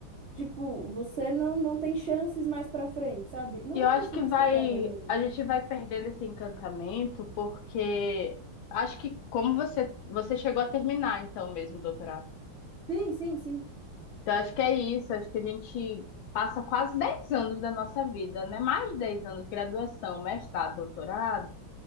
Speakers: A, on the right; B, on the left.
A: Tipo, você não, não tem chances mais pra frente, sabe? Não
B: E eu
A: é
B: acho
A: isso
B: que
A: mais
B: vai,
A: que eu quero da minha vida.
B: a gente vai perdendo esse encantamento porque acho que como você, você chegou a terminar então mesmo o doutorado.
A: Sim, sim, sim.
B: Então acho que é isso, acho que a gente passa quase 10 anos da nossa vida, né? Mais de 10 anos, graduação, mestrado, doutorado